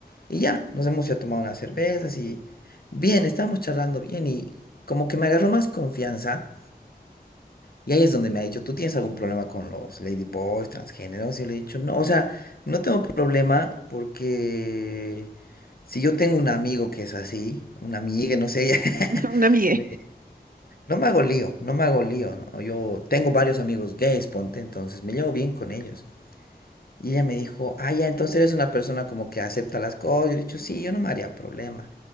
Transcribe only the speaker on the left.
Y ya, nos hemos ido a tomar unas cervezas y bien, estábamos charlando bien y como que me agarró más confianza. Y ahí es donde me ha dicho, ¿tú tienes algún problema con los ladyboys, transgéneros? Y le he dicho, no, o sea, no tengo problema porque si yo tengo un amigo que es así, una amiga, no sé, <laughs>
me- no me hago lío, no me hago lío, ¿no? Yo tengo varios amigos gays, ponte, entonces me llevo bien con ellos. Y ella me dijo, ah, ya, entonces eres una persona como que acepta las cosas. Yo le he dicho, sí, yo no me haría problema.